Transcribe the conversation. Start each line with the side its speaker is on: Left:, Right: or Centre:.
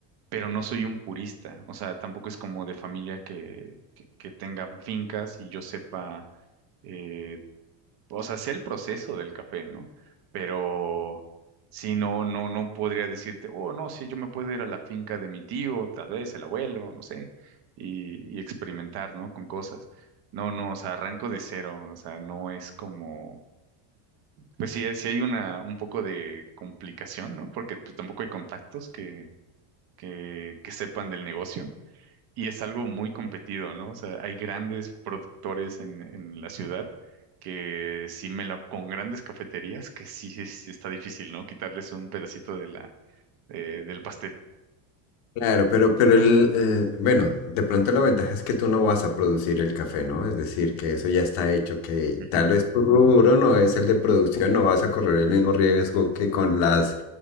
Right: pero no soy un purista, o sea, tampoco es como de familia que, que, que tengan fincas y yo sepa, eh, o sea, sé el proceso del café, ¿no? Pero sí, no, no, no podría decirte, oh, no, sí, yo me puedo ir a la finca de mi tío, tal vez el abuelo, no sé, y, y experimentar, ¿no? Con cosas. No, no, o sea, arranco de cero, o sea, no es como... Pues sí, sí hay una, un poco de complicación, ¿no? Porque pues, tampoco hay contactos que, que, que sepan del negocio. Y es algo muy competido, ¿no? O sea, hay grandes productores en, en la ciudad que sí me la, con grandes cafeterías que sí, sí, sí está difícil, ¿no? Quitarles un pedacito de la, eh, del pastel.
Left: Claro, pero, pero el, eh, bueno, de pronto la ventaja es que tú no vas a producir el café, ¿no? Es decir, que eso ya está hecho, que
Right: Ujú,
Left: tal vez tu rubro no es el de producción, no vas a correr el mismo riesgo que con las